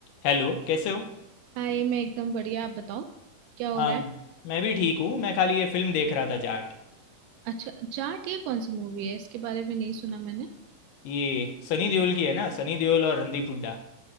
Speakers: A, on the left (about 75°); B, on the right (about 80°).
A: Hello कैसे हो
B: हाँ ये मैं एकदम बढ़िया आप बताओ क्या हो
A: हाँ
B: रहा है
A: मैं भी ठीक हूँ मैं खाली ये फिल्म देख रहा था जाट
B: अच्छा जाट ये कौन सी मूवी है इसके बारे में नहीं सुना मैंने
A: ये सनी देओल की है ना सनी देओल और रणदीप हुड्डा